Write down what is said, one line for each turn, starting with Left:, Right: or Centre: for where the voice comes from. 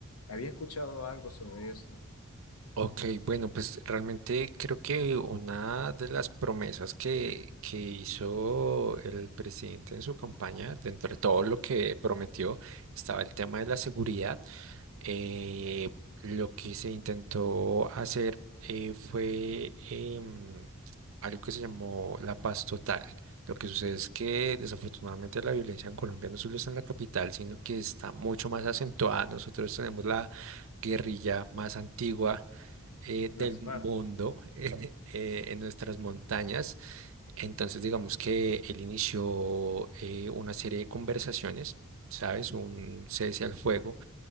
Left: Había escuchado algo sobre eso.
Right: Ok, bueno, pues realmente creo que una de las promesas que, que hizo el presidente en su campaña, dentro de todo lo que prometió, estaba el tema de la seguridad. Eh, lo que se intentó hacer eh, fue em, algo que se llamó la paz total. Lo que sucede es que desafortunadamente la violencia en Colombia no solo está en la capital, sino que está mucho más acentuada. Nosotros tenemos la guerrilla más antigua eh, del
Left: Las FARC.
Right: mundo eh, <laughs> eh, en nuestras montañas. Entonces, digamos que él inició eh, una serie de conversaciones, ¿sabes? Un cese al fuego